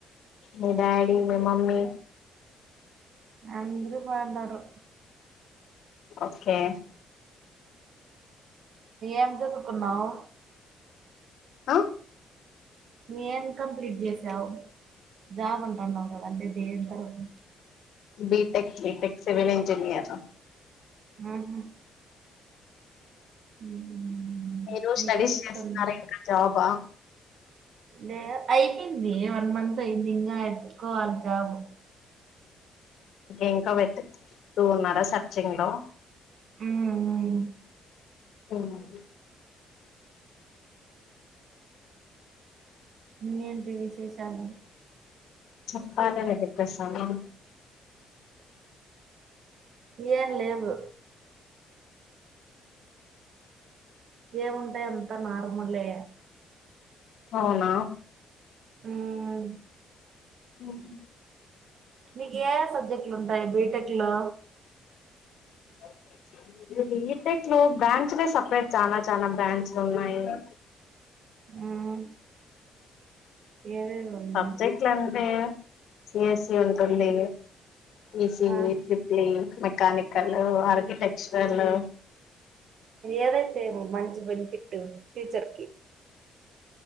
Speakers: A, on the left; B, on the right.
A: మీ డాడీ మీ మమ్మీ
B: అందరు బాగున్నారు
A: ఓకే
B: ఏం చదువుకున్నావ్
A: ఆ
B: నువ్వేం కంప్లీట్ చేసావు జాబ్ అం న్నావు కదా అంటే దేం తరూప్
A: బీటెక్ బీటెక్ సివల్ ఇంజనియర్
B: ఆహా ఉమ్.
A: మీరు
B: నీ
A: స్టడీస్
B: కొలీగ్స్
A: చేస్తున్నారా
B: అన్
A: ఇంకా జాబా
B: లే అయిపోంది వన్ మంత్ అయిందింగా ఏతుకోవాలి జాబ్
A: ఇంకా వెట్ టూ ఉన్నారా సచింగ్లో
B: ఉమ్, ఉమ్.
A: అవును అండి
B: ఇంకేంటి విశేషాలు
A: చెప్పాలి అది ప్రసంగం
B: ఏం లేదు ఏముంటాయి అంతా నార్మలే
A: అవునా
B: మ్మ్
A: హ్మ్
B: నీకు ఏ ఏ సబ్జెక్టులు ఉంటాయి బీటెక్ లో
A: <inaudible> బిటెక్ లో బ్రాంచలే సపరేట్ చాలా చాల బ్రాంచలు ఉన్నాయి <inaudible>
B: మ్మ్ ఏవేవి ఉన్నయి
A: సబ్జెక్ట్లా ఏముంటాయి సిఎస్ఈ ఉంటుంది ఇసియి
B: ఆ
A: ట్రిప్లీ మెకానికల్ ఆర్కిటెక్చరల్
B: ఏదైతే ఏం మంచి బనిఫిట్ ఫ్యూచర్ కి